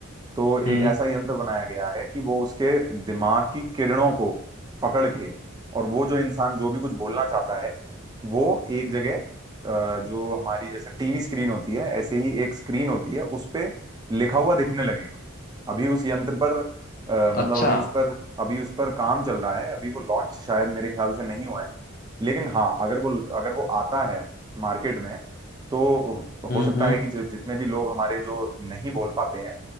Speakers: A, on the right; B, on the left.
A: तो
B: हम्म
A: एक ऐसा यंत्र बनाया गया है कि वो उसके दिमाग की किरणों को पकड़ के और वो जो इंसान जो भी कुछ बोलना चाहता है वो एक जगह अ, जो हमारी जैसे टीवी स्क्रीन होती है ऐसे ही एक स्क्रीन होती है उस पे लिखा हुआ दिखने लगेगा अभी उस यंत्र पर अ, मतलब
B: अच्छा
A: अभी उस पर अभी उस पर काम चल रहा है अभी वो लॉन्च शायद मेरे ख्याल से नहीं हुआ है लेकिन हाँ अगर वो अगर वो आता है मार्केट में तो
B: हम्म
A: हो सकता है कि जि- जितने भी लोग हमारे जो नहीं बोल पाते हैं